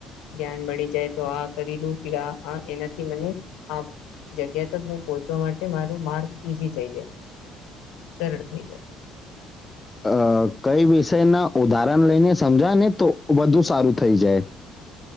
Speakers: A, on the left; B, on the left.
A: જ્ઞાન મળી જાય તો આ કરી લઉ ફિર આ આ એનાથી મને આ જગ્યા તક હું પહોંચવા માટે મારો માર્ગ ઈઝી થઈ જાય સરળ થઈ જાય
B: અ, કઈ વિષયના ઉદાહરણ લઈને સમજાવે ને તો વધુ સારું થઈ જાય